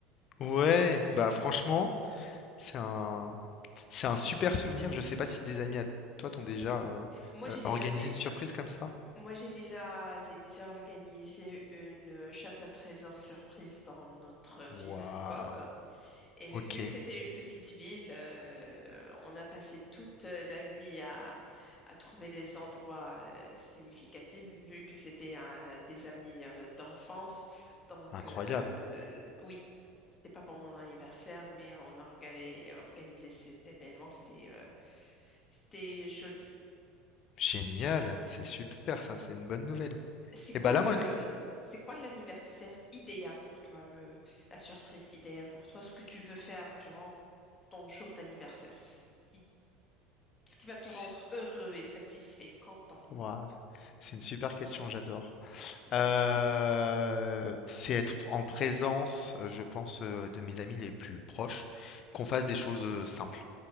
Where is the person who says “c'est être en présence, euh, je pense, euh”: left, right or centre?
Left